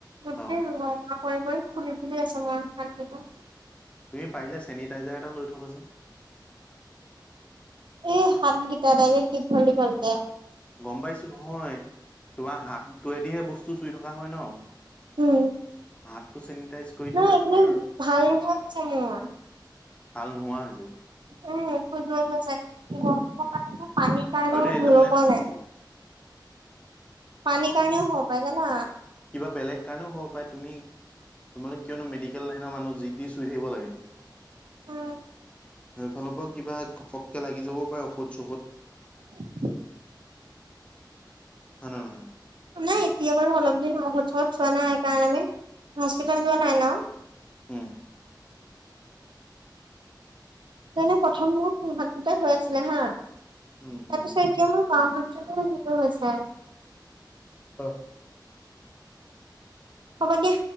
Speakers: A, on the right; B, on the left.
A: গোটেই
B: অ
A: ৰঙা পৰি পৰি ফুলি ফুলি আছে মোৰ হাতকেইখন
B: তুমি পাৰিলে চেনিটাইজাৰ এটাও লৈ থবাচোন।
A: এ হাত গিতা দাইৰেক্ট দিঘল দিঘলকে।
B: গম পাইছো নহয় তোমাৰ হাত তোৱেদিহে বস্তু চুই থকা হয় ন।
A: উম
B: হাতটো চেনিটাইজ কৰি
A: না
B: থলে
A: এইকেইদিন
B: তোমাৰ
A: ভাল নোহোৱা হৈছে মোৰ।
B: ভাল নোহোৱা হৈছে।
A: উম খজুৱাই আছে গৰমৰ
B: উম
A: কাৰণে নে পানীৰ কাৰণে
B: হয়
A: মই
B: দেই
A: ধৰিব
B: তাৰমানে
A: পৰা নাই। পানী কাৰণেও হ'ব পাৰে জানা।
B: কিবা বেলেগ কাৰণেও হ'ব পাৰে, তুমি মানে কিয়নো মেডিকেল লাইনৰ মানুহ যি টি চুই থাকিব লাগে,
A: উম,
B: সেইফালৰ পৰাও কিবা ঘপককে লাগি যাব পাৰে ঔষধ চৌষধ।
A: <unintelligible>
B: হয়নে নহয়?
A: নাই এতিয়া বাৰু অলপ দিন ঔষধ চৌষধ চোৱা নাই, কাৰণ আমি হস্পিতেল যোৱা নাই ন।
B: উম
A: তেনে প্ৰথম মোৰ সোঁ হাততে হৈ আছিলে হা
B: উম উম
A: পিছে এতিয়া মোৰ বাওঁ হাততে সেইটো হৈছে
B: অ
A: হ'ব দিয়া